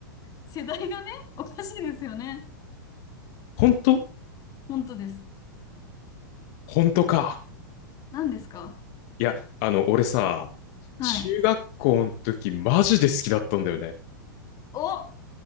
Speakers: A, on the left (about 35°); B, on the left (about 50°).
A: 世代がね、おかしいですよね。
B: 本当
A: 本当です。
B: 本当か。
A: 何ですか
B: いや、あの、俺さ、
A: はい。
B: 中学校の時マジで好きだったんだよね。
A: お、